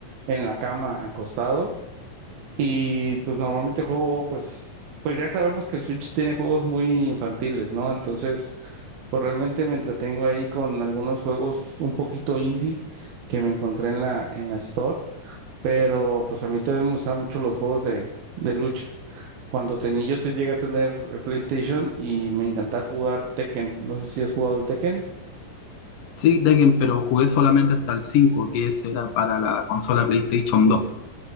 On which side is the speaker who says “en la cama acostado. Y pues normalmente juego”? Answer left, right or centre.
Right